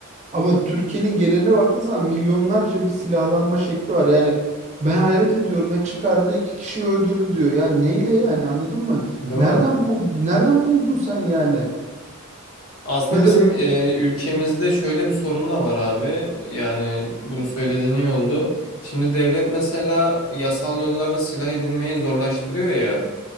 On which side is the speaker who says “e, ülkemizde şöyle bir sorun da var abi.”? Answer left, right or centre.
Left